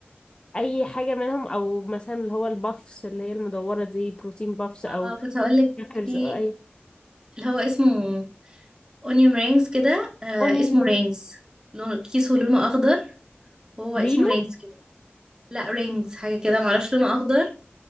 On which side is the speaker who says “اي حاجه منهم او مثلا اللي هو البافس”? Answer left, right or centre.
Left